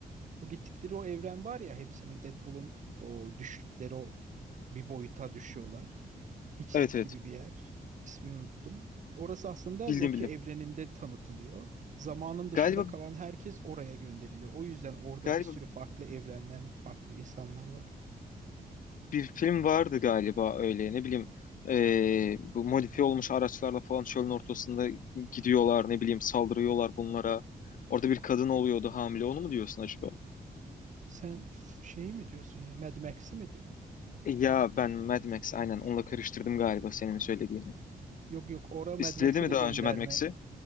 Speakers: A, on the right; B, on the left.
A: o gittikleri o evren var ya hepsinin Deadpool'un o düştükleri o bir boyuta düşüyorlar. Hiçlik
B: Evet evet.
A: gibi bir yer. İsmini unuttum. Orası aslında
B: Bildim
A: Loki
B: bildim.
A: evreninde tanıtılıyor. Zamanın dışında
B: Galiba
A: kalan herkes oraya gönderiliyor. O yüzden orada
B: galiba
A: bir sürü farklı evrenden farklı insanlar var.
B: bir film vardı galiba öyle ne bileyim eee, bu modifiye olmuş araçlarla falan çölün ortasında gidiyorlar ne bileyim saldırıyorlar bunlara. Orada bir kadın oluyordu hamile onu mu diyorsun acaba?
A: Sen f- şey mi diyorsun ya Mad Max'i mi diyorsun?
B: E, ya ben Mad Max aynen onunla karıştırdım galiba senin söylediğini.
A: Yok yok ora Mad
B: İzledi
A: Max'e
B: mi
A: de
B: daha
A: gönderme.
B: önce Mad Max'i?